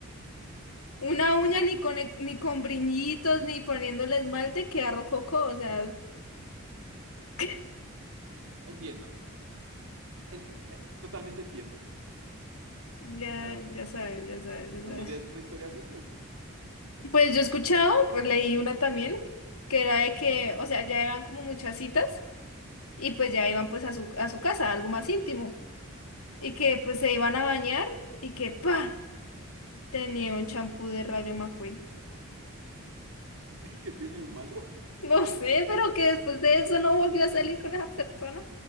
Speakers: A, on the left (about 85°); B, on the right (about 75°).
A: Una uña ni con, e- ni con brillitos, ni poniéndole esmalte, queda rococó. O sea, <laughs>
B: Entiendo, en- eh, totalmente entiendo,
A: ya,
B: pero bueno,
A: ya sabes, ya sabes, ya sabes.
B: ¿no tienes otra historia así?
A: Pues yo he escuchado, pues leí una también, que era de que, o sea, ya iban como muchas citas y pues ya iban pues a su, a su casa, algo más íntimo. Y que pues se iban a bañar y que, pa, tenía un champú de Rayo McQueen.
B: <laughs> ¿Qué tiene de malo?
A: No sé, pero que después de eso no volvió a salir con esa persona.